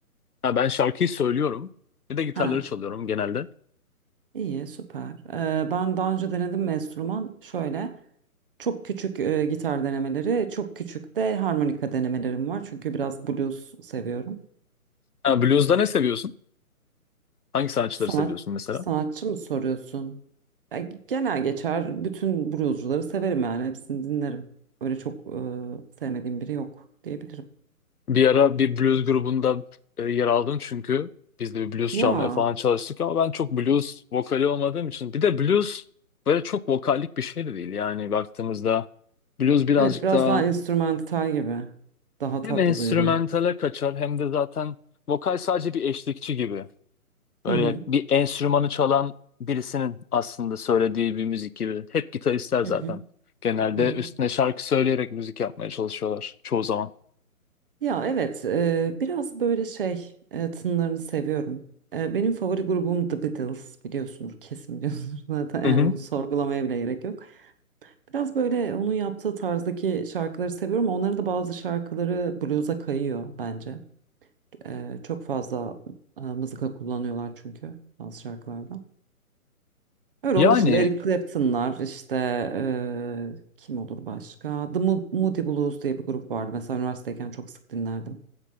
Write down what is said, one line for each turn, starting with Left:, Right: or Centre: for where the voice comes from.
Left: Ha, ben şarkıyı söylüyorum. Bir de gitarları
Right: Ha
Left: çalıyorum genelde.
Right: iyi süper E, ben daha önce denedim mi enstrüman şöyle çok küçük e, gitar denemeleri çok küçük de harmonika denemelerim var çünkü biraz blues seviyorum.
Left: Ha, blues'da ne seviyorsun? Hangi sanatçıları
Right: Sanat,
Left: seviyorsun mesela?
Right: sanatçı mı soruyorsun? Ya, genel geçer bütün bluescuları severim yani hepsini dinlerim. Öyle çok e, sevmediğim biri yok diyebilirim.
Left: Bir ara bir blues grubunda e, yer aldım çünkü biz de bir blues
Right: Ya
Left: çalmaya falan çalıştık ama ben çok blues vokali olmadığım için bir de blues böyle çok vokallik bir şey de değil yani baktığımızda blues birazcık
Right: evet biraz
Left: daha
Right: daha enstrümantal gibi. Daha
Left: hem
Right: tatlı
Left: enstrümantale
Right: duyuluyor.
Left: kaçar hem de zaten vokal sadece bir eşlikçi gibi böyle
Right: Hı hı,
Left: bir enstrümanı çalan birisinin aslında söylediği bir müzik gibi hep gitaristler
Right: hı
Left: zaten
Right: hı,
Left: genelde
Right: hı hı.
Left: üstüne şarkı söyleyerek müzik yapmaya çalışıyorlar çoğu zaman.
Right: Ya evet e, biraz böyle şey e, tınlarını seviyorum. E, benim favori grubum The Beatles biliyorsunuz kesin biliyorsunuz <laughs> zaten
Left: Hı
Right: yani
Left: hı.
Right: bunu sorgulamaya bile gerek yok. Biraz böyle onun yaptığı tarzdaki şarkıları seviyorum. Onların da bazı şarkıları blues'a kayıyor bence. Ee, çok fazla e, mızıka kullanıyorlar çünkü bazı şarkılarda. Öyle
Left: Yani
Right: onun dışında Eric Clapton'lar işte e, kim olur başka? The Mo- Moody Blues diye bir grup vardı. Mesela üniversiteyken çok sık dinlerdim.